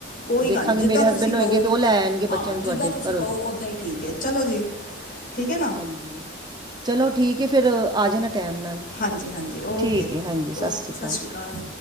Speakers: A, on the left; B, on the right.
A: ਕੋਈ
B: ਦੇਖਾਂਗੇ
A: ਗੱਲ ਨੀ ਜਿੱਦਾਂ
B: ਮੇਰੇ ਹਸਬੈਂਡ
A: ਤੁਸੀਂ ਕਓ
B: ਹੋਏਗੇ ਅਤੇ ਉਹ ਲੈ ਆਉਣਗੇ
A: ਹਾਂ
B: ਬੱਚਿਆਂ ਨੂੰ ਤੁਹਾਡੇ
A: ਜਿੱਦਾਂ ਤੁਸੀਂ
B: ਘਰੋਂ
A: ਕਓ ਉੱਦਾਂ ਈ ਠੀਕ ਐ ਚਲੋ ਜੀ। ਠੀਕ ਐ ਨਾ।
B: ਹਾਂਜੀ ਚਲੋ ਠੀਕ ਐ ਫਿਰ ਆ ਜਾਣਾ ਟੈਮ ਨਾਲ।
A: ਹਾਂਜੀ-ਹਾਂਜੀ ਓਕੇ
B: ਠੀਕ
A: ਜੀ
B: ਹੈ ਹਾਂਜੀ ਸਤਿ
A: ਓਕੇ
B: ਸ਼੍ਰੀ
A: ਸਸਰੀ
B: ਅਕਾਲ
A: ਕਾਲ।